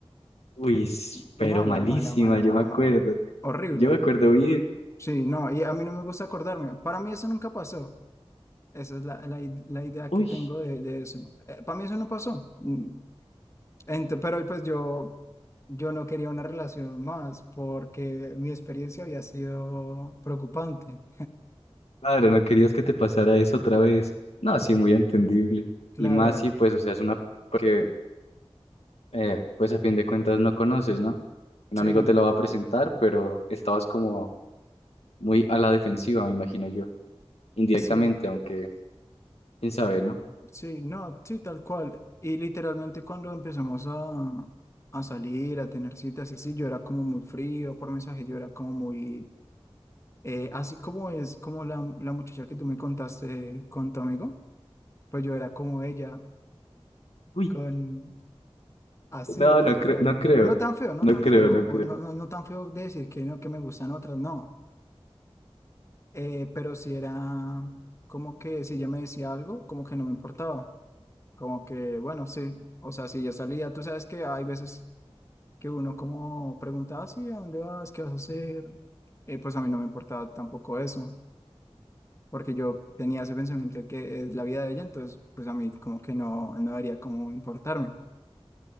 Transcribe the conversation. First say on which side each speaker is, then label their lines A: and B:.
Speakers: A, on the left (about 80°); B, on the left (about 25°).
A: Uy, s-
B: mala,
A: pero malísima,
B: mala, mala, mala,
A: yo me acuerdo.
B: mala, horrible.
A: Yo me acuerdo bien.
B: Sí, no, y a mí no me gusta acordarme. Para mí eso nunca pasó. Esa es la, la, id- la idea
A: Uy,
B: que tengo de, de eso. Eh, para mí eso no pasó. Mm, Ent- pero pues yo, yo no quería una relación más porque mi experiencia había sido preocupante.
A: claro, no querías que te pasara eso otra vez. No, sí, muy entendible.
B: Claro,
A: Y más si, pues, o sea, es una persona que, eh, pues, a fin de cuentas no conoces, ¿no? Un
B: sí,
A: amigo te la va a presentar, pero estabas como muy a la defensiva, me imagino yo. Indirectamente,
B: sí,
A: aunque, quién sabe, ¿no?
B: sí, no, sí, tal cual. Y literalmente cuando empezamos a, a salir, a tener citas, así, yo era como muy frío por mensaje, yo era como muy, eh, así como es como la, la muchacha que tú me contaste con tu amigo, pues yo era como ella
A: Uy,
B: con Así,
A: no,
B: tal
A: no creo,
B: cual.
A: no creo.
B: No tan feo, no
A: No
B: tan
A: creo,
B: feo.
A: no
B: O
A: creo.
B: no, no, no tan feo de decir que no, que me gustan otras, no. Eh, pero si era como que si ella me decía algo, como que no me importaba. Como que, bueno, sí. O sea, si ya salía, tú sabes que hay veces que uno como preguntaba, sí, ¿a dónde vas? ¿Qué vas a hacer? Eh, pues a mí no me importaba tampoco eso. Porque yo tenía ese pensamiento de que es la vida de ella, entonces pues a mí como que no, no debería como importarme.